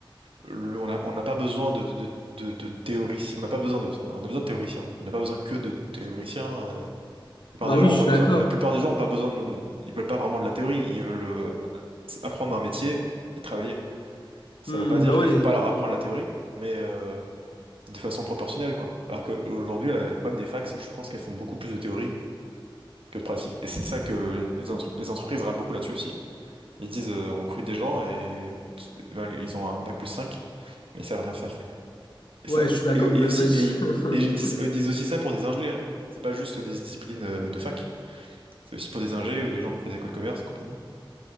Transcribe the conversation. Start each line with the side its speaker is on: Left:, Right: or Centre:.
Right: le- on a- on n'a pas besoin de, de, de, de- de théoriciens. On n'a pas besoin de, on a, on a besoin de théoriciens. On n'a pas besoin que de théoriciens. euh. La plupart
Left: Bah
Right: des
Left: oui,
Right: gens
Left: je
Right: ont pas
Left: suis
Right: besoin.
Left: d'accord.
Right: La plupart des gens ont pas besoin. de- ils veulent pas vraiment de la théorie. Ils veulent euh, apprendre un métier et travailler. Ça
Left: Hmm,
Right: veut pas dire
Left: bah
Right: qu'il
Left: oui.
Right: faut pas leur apprendre la théorie, mais euh, de façon proportionnelle, quoi. Alors qu'aujourd'hui, le problème des facs, c'est que je pense qu'elles font beaucoup plus de théorie que de pratique. Et c'est ça que les, entre- les entreprises râlent beaucoup là-dessus aussi. Ils disent, euh, on recrute des gens et euh, ben, ils ont un bac plus 5 mais ils savent rien faire. Et,
Left: Ouais,
Right: ça,
Left: je suis d'accord.
Right: et,
Left: Bah,
Right: et aussi,
Left: ouais, je-
Right: et, et ils disent, ils disent aussi ça pour des ingés, hein. C'est pas juste des disciplines euh, de fac. C'est aussi pour des ingés ou des gens qui ont fait des écoles de commerce et compagnie.